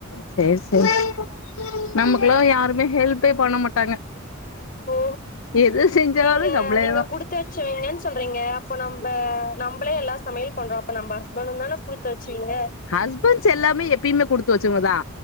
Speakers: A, on the left; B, on the left.
A: சேரி சேரி நமக்குல்லா யாருமே ஹெல்ப்பே பண்ண மாட்டாங்க
B: ஓ
A: எது செஞ்சாலு
B: நீங்க
A: நம்மளேதா
B: நீங்க குடுத் வச்சீங்கன்னு சொல்றீங்க அப்ப தச்செய்ங்கன் சொல்றீங்க அப்போ நம்ப நம்பளே எல்லா சமையல் பண்றோ அப்ப நம்ப ஹஸ்பணுந்தன புலுத் வச்சீங்க
A: ஹஸ்பண்ஸ் எல்லாமே எப்பயுமே குடுத்து வச்சங்கவதா